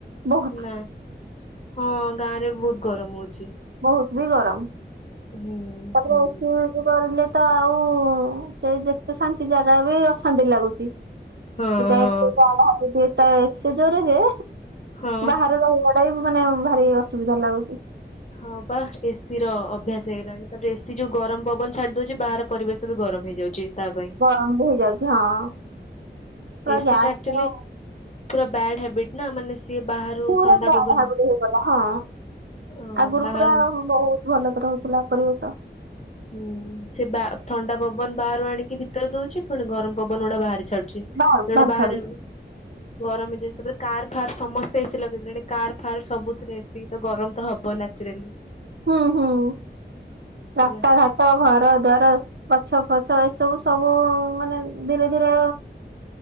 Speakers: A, on the right (about 70°); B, on the left (about 40°).
A: ବହୁତ।
B: ନା ହଁ ଗାଁରେ ବହୁତ ଗରମ ହଉଛି।
A: ବହୁତ ବି ଗରମ।
B: ହୁଁ
A: ତାପରେ
B: ହୁଁ
A: ଏ କରିଲେ ତ ଆଉ ହଁ ସେ ଯେ ଶାନ୍ତି ଜାଗା ବି ଅଶାନ୍ତି ଲାଗୁଛି,
B: ହଁ
A: ଏଇଟା
B: ହଁ।
A: ଏତେ ଗାଢା ଅଛି ଯେ, ତା ଏତେ ଜୋରେ ଯେ,
B: ହଁ
A: ବାହାରେ ରହିବା ମାନେ ଭାରି ଅସୁବିଧା ଲାଗୁଛି।
B: ହଁ ବା ଏସି ର ଅଭ୍ୟାସ ହେଇଗଲାଣି ତାପରେ ଏ ସି ଯେଉ ଗରମ ପବନ ଛାଡ ଡ ବାହାର ପରିବେଶ ବି ଗରମ ହେଇଯାଉଛି। ତା ପାଇଁ
A: ଗରମ ବି ହେଇଯାଉଛି ହଁ ପୁରା
B: ଏସି
A: ଗ୍ୟାସ
B: ଟା ଆକ୍ଚୁଆଲି
A: ପୁର
B: ପୁରା ବ୍ୟାଡ ହବିଟନା ମାନେ ସିଏ ବାହାରୁ
A: ପୁରା
B: ଥଣ୍ଡା
A: ବାହାର
B: ପବନ
A: ପଟେ ହେଇଗଲା ହଁ
B: ଅ
A: ଆଗରୁ
B: ବାହାର
A: ପୁରା ବହୁତ ଭଲ ପୁ ଖୋଲା ପରିବେଶ
B: ହୁଁ ସେ ବା ଥଣ୍ଡା ପବନ ବାହାରୁ ଆଣିକି ଭିତରେ ଦଉଛି ପୁଣି ଗରମ ପବନ ଗୁଡା ବାହାରି ଛାଡୁଛି ଯୋଉଟା
A: ବାହାରକୁ ବାହାର
B: ବାହାରେ
A: ଛାଡୁ
B: ଗରମ ଯ କାର ଫାର୍ ସମସ୍ତେ ଏସି ଲଗେଇଲେଣି କାର ଫାର୍ ସବୁଥିରେ ଏସିି ତ ଗରମ ତ ହବ ନାଚ୍ୟୁରାଲି
A: ହୁଁ ହୁଁ
B: ହେଲା
A: ରାସ୍ତା ଘାଟ ଘର ଦ୍ୱାର ଗଛ ପଛ ଏସବୁ ସବୁ ମାନେ ଧୀରେ ଧୀରେ